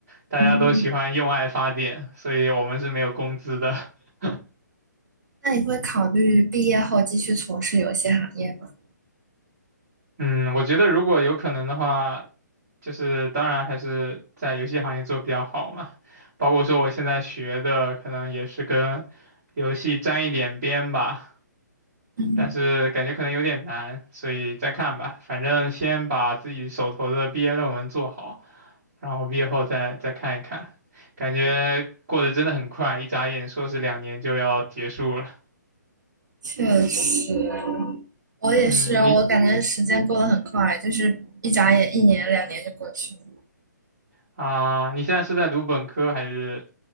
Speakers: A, on the right (about 40°); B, on the right (about 70°).
A: 大家都喜欢用爱发电，
B: 嗯，
A: 所以我们是没有工资的。<laughs>
B: 那你会考虑毕业后继续从事游戏行业吗？
A: 嗯，我觉得如果有可能的话，就是当然还是在游戏行业做比较好嘛。包括说我现在学的，可能也是跟游戏沾一点边吧。
B: 嗯，
A: 但是感觉可能有点难，所以再看吧。反正先把自己手头的毕业论文做好，然后毕业后再再看一看。感觉过得真的很快，一眨眼硕士两年就要结束了。
B: 确实，我也是，
A: 嗯，
B: 我感觉时间过得很快，
A: 你
B: 就是一眨眼一年两年就过去了。
A: 啊，你现在是在读本科还是